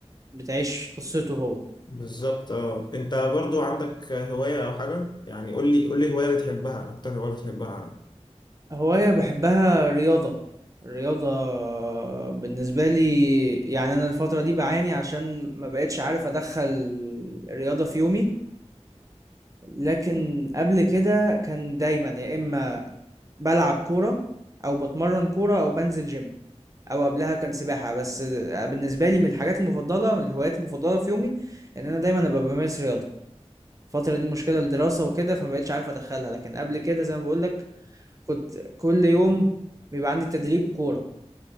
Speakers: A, on the right; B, on the left.
A: بتعيش قصته هو
B: بالظبط اه انت برضو عندك هواية او حاجة يعني قول لي قول لي هواية بتحبها اكتر هواية بتحبها عندك
A: هواية بحبها رياضة الرياضة بالنسبة لي يعني أنا الفترة دي بعاني عشان ما بقتش عارف أدخل الرياضة في يومي لكن قبل كده كان دايما يا إما بلعب كورة أو بتمرن كورة أو بنزل جيم أو قبلها كان سباحة بس بالنسبة لي من الحاجات المفضلة من الهوايات المفضلة في يومي إن أنا دايما أبقى بمارس رياضة الفترة دي مشكلة الدراسة وكده فما بقتش عارف أدخلها لكن قبل كده زي ما بقولك كنت كل يوم بيبقى عندي تدريب كورة